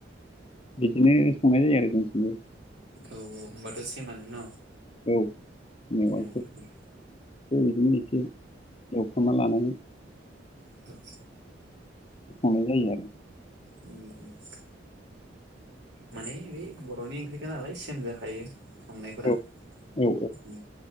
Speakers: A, on the left (about 30°); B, on the right (about 65°).
A: बिदिनो संनाय जायो आरो जोंथिंबो।
B: औ औ होमबाथ' सेमानो न'?
A: औ मेवाइ
B: उम
A: <unintelligible> खो
B: उम
A: इदिनो एसे एवखांना लानानै
B: औ
A: खांनाय जायो आरो।
B: उम उम माने बै बर'नि ओंख्रिखा नालाय सेम जाखायो। संनायफोरा
A: आरो औ
B: उम